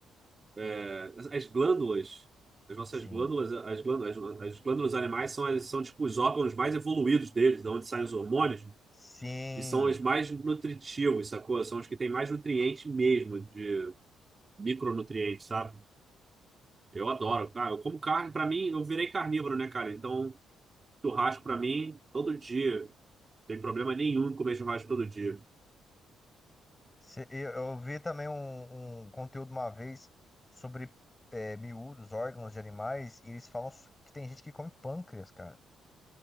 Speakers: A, on the right; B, on the left.
A: é, as as glândulas, as nossas
B: Sim.
A: glândulas, as glândulas, as glândulas animais são, as- são tipo os órgãos mais evoluídos deles, de onde saem os hormônios,
B: Sim.
A: e são os mais nutritivos, sacou? São os que têm mais nutrientes mesmo, de micronutrientes, sabe? Eu adoro. Ah, eu como carne, pra mim, eu virei carnívoro, né, cara? Então, churrasco pra mim, todo dia. Tem problema nenhum em comer churrasco todo dia.
B: Se- Eu, eu vi também um, um conteúdo uma vez sobre é, miúdos, órgãos de animais, e eles falam su- que tem gente que come pâncreas, cara.